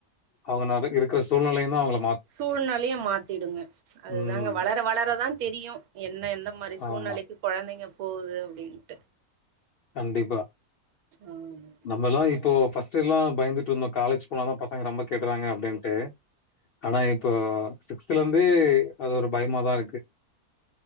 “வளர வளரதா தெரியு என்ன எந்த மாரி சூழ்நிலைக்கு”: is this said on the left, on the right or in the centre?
Right